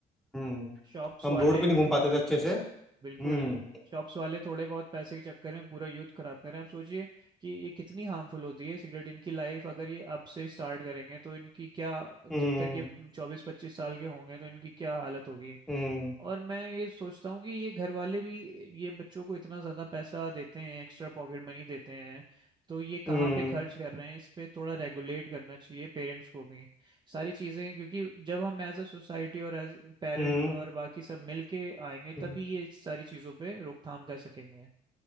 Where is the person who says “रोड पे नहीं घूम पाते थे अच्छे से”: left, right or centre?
Centre